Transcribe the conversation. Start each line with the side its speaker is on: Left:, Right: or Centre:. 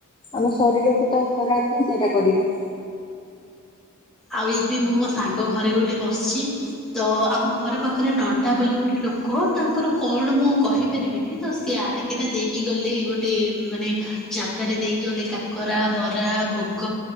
Left: ଆମ ଶରୀରକୁ ତ ଖରାପ ହିଁ ସେଇଟା କରିବ।
Centre: ଆଉ ଏବେ ମୁଁ ମୋ ସାଙ୍ଗ ଘରେ ଗୋଟେ ବସିଛି ତ ଆମ ଘରେ ପାଖରେ ନଣ୍ଡା ବୋଲି ଗୋଟେ ଲ ଲୋକ ତାଙ୍କର କଣ ମୁଁ କହିପାରିବିନି ତ ସିଏ ଆଣିକିନା ଦେଇକି ଗଲେ ଗୋଟେ ମାନେ ଜାଗାରେ ଦେଇକି ଗଲେ କାକରା ବରା ଭୋଗ